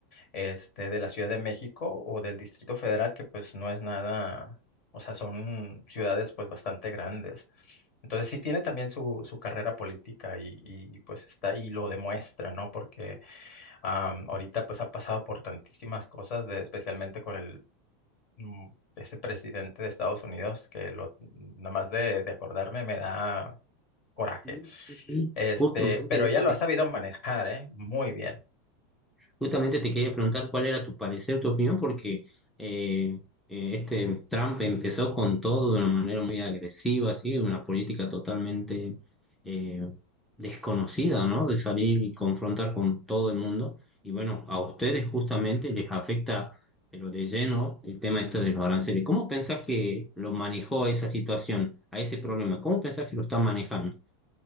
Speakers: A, on the left; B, in the centre.
A: este, de la Ciudad de México o del Distrito Federal, que pues no es nada, o sea, son ciudades pues bastante grandes. Entonces sí tiene también su, su carrera política y, y, pues está y lo demuestra, ¿no? Porque am, ahorita pues ha pasado por tantísimas cosas, de, especialmente con el... mm, Ese presidente de Estados Unidos que lo, nomás de, de acordarme me da coraje.
B: Y, y
A: Este,
B: justamente
A: pero
B: de
A: ella
B: eso
A: lo
B: te
A: ha sabido manejar, ¿eh? Muy bien.
B: Justamente te quería preguntar cuál era tu parecer, tu opinión, porque eh, eh, este Trump empezó con todo de una manera muy agresiva, así, de una política totalmente eh, desconocida, ¿no? De salir y confrontar con todo el mundo. Y bueno, a ustedes justamente les afecta, pero de lleno, el tema este de los aranceles. ¿Cómo pensás que lo manejó a esa situación, a ese problema? ¿Cómo pensás que lo está manejando?